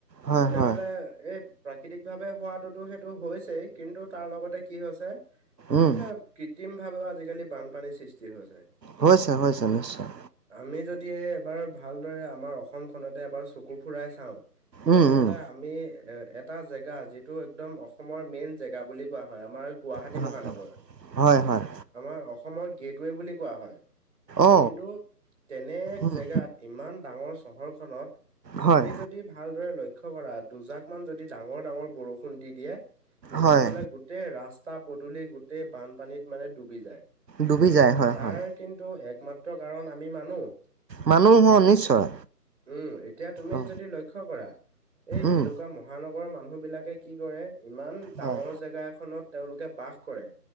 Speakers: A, on the right (about 90°); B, on the right (about 45°).
A: হয়
B: তেনেহলে
A: হয়
B: এই প্ৰাকৃতিক ভাৱে হোৱাটোতো সেইটো হৈছেই কিন্তু তাৰ লগতে কি হৈছে
A: উম
B: মানে কৃত্ৰিম ভাৱেও আজিকালি বানপানীৰ সৃষ্টি হৈছে।
A: হৈছে হৈছে নিশ্চয়।
B: আমি যদি এবাৰ ভালদৰে আমাৰ অসম খনতে এবাৰ চকু ফুৰাই চাওঁ
A: উম
B: তেনেহলে
A: উম
B: আমি এ এটা জেগা যিটো একদম অসমৰ মেইন জেগা বুলি কোৱা হয় আমাৰ গুৱাহাটী
A: হয়
B: মহানগৰ,
A: হয় হয়
B: আমাৰ অসমৰ গেটৱে বুলি কোৱা হয়।
A: অ
B: কিন্তু তেনে এক
A: উম
B: জেগাত ইমান ডাঙৰ চহৰখনত
A: হয়
B: তুমি যদি ভালদৰে লক্ষ্য কৰা দুজাক মান যদি ডাঙৰ ডাঙৰ বৰষুণ দি দিয়ে
A: হয়
B: তেনেহলে গোটেই ৰাস্তা পদূলি গোটেই বানপানীত মানে ডুবি যায়।
A: ডুবি যায় হয়
B: তাৰ
A: হয়।
B: কিন্তু একমাত্ৰ কাৰণ আমি মানু্হ।
A: মানুহ অঁ নিশ্চয়।
B: উম, এতিয়া তুমি
A: অ
B: যদি লক্ষ্য কৰা, এই
A: উম
B: তেনেকুৱা মহানগৰৰ মানুহ বিলাকে কি কৰে ইমান ডাঙৰ
A: হয়
B: জেগা এখনত তেওঁলোকে বাস কৰে,